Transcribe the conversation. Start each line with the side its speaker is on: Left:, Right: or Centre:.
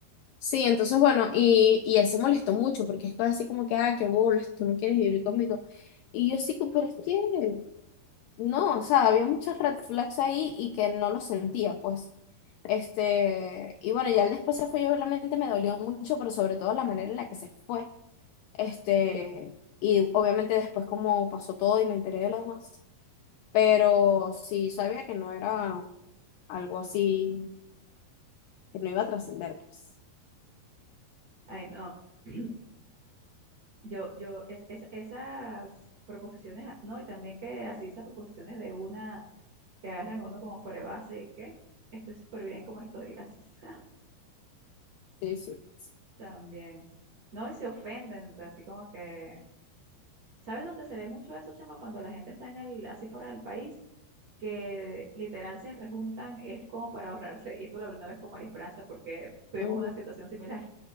Left: Sí, entonces bueno, y, y él se molestó mucho porque es así como que, ah, qué bolas, tú no quieres vivir conmigo. Y yo sí, que, pero es que no, o sea, había muchas red flags ahí y que no lo sentía, pues. Este, y bueno, ya él después se fue y obviamente me dolió mucho, pero sobre todo la manera en la que se fue. Este, y obviamente después como pasó todo y me enteré de lo demás. Pero sí sabía que no era algo así, que no iba a trascender, pues.
Right: Ay, no. <clears throat> Yo, yo, es, es- esas proposiciones, ah, no, y también que así esas proposiciones de una, que agarran a uno como fuera de base y que estoy súper bien como estoy, gracias. <laughs>
Left: Sí, sí. pues.
Right: También. No, y se ofenden, o sea, así como que. ¿Sabes dónde se ve mucho eso, chama? Cuando la gente está en el, así fuera del país que literal se rejuntan, es como para ahorrarse, y esto lo hablé una vez con María Esperanza, porque tuvimos
Left: Ujú.
Right: una situación similar,